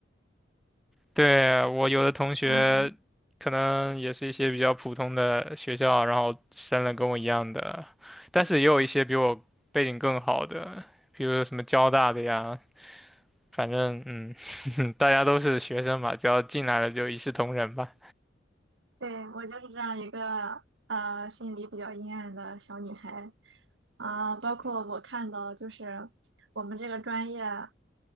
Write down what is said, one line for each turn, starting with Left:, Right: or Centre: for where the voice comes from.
Centre: 对，我有的同学可能也是一些比较普通的学校，
Right: 嗯，
Centre: 然后升了跟我一样的，但是也有一些比我背景更好的，比如什么交大的呀，反正嗯，<laughs> 大家都是学生嘛，只要进来了就一视同仁吧。
Right: 对，我就是这样一个呃心里比较阴暗的小女孩啊、包括我看到就是我们这个专业